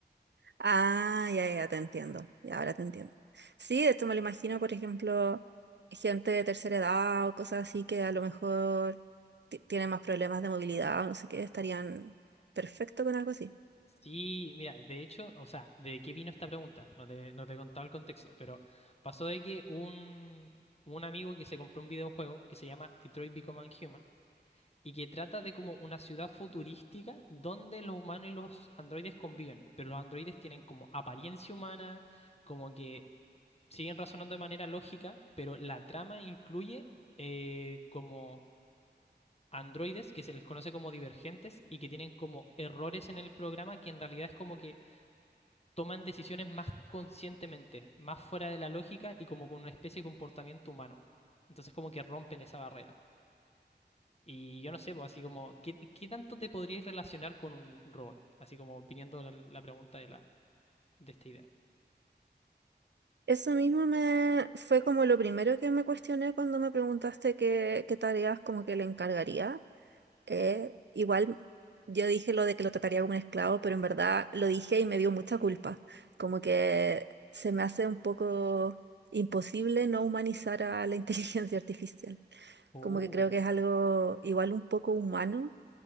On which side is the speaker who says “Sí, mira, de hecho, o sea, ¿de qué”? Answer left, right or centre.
Left